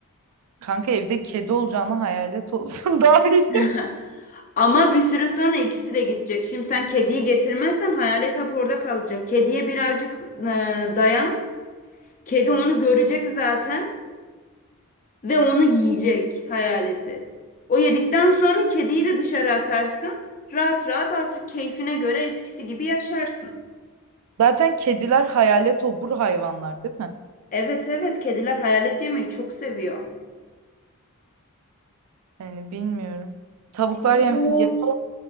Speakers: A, on the right; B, on the left.
A: Kanka evde kedi olacağına hayalet olsun <laughs> daha iyi.
B: <laughs> Ama bir süre sonra ikisi de gidecek. Şimdi sen kediyi getirmezsen hayalet hep orada kalacak. Kediye birazcık e, dayan. Kedi onu görecek zaten ve onu yiyecek hayaleti. O yedikten sonra kediyi de dışarı atarsın. Rahat rahat artık keyfine göre eskisi gibi yaşarsın.
A: Zaten kediler hayalet obur hayvanlar değil mi?
B: Evet evet kediler hayalet yemeyi çok seviyor.
A: Yani bilmiyorum. Tavuklar
B: Zul
A: yem yese